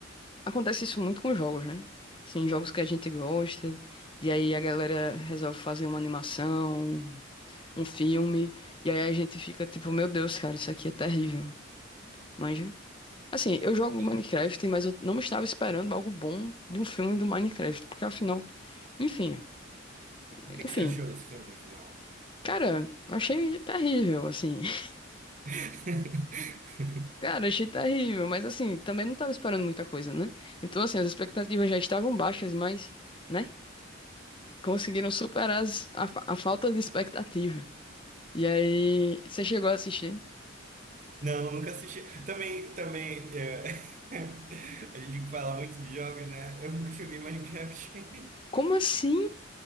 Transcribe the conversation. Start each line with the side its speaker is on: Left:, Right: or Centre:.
Left: Acontece isso muito com jogos, né? Sim, jogos que a gente gosta, e aí a galera resolve fazer uma animação, um filme, e aí a gente fica tipo, meu Deus, cara, isso aqui é terrível. Manja? Assim, eu jogo
Right: Sim.
Left: Minecraft, mas eu não estava esperando algo bom de um filme do Minecraft, porque afinal, enfim,
Right: O
Left: enfim,
Right: que que você achou desse filme, afinal?
Left: cara, eu achei terrível, assim. <laughs>
Right: <laughs>
Left: Cara, achei terrível, mas assim, também não estava esperando muita coisa, né? Então, assim, as expectativas já estavam baixas, mas, né? conseguiram superar as- a, fa- a falta de expectativa. E aí, você chegou a assistir?
Right: Não, nunca assisti. Também, também, é, <laughs> a gente fala muito de jogos, né? Eu nunca joguei Minecraft.
Left: Como assim?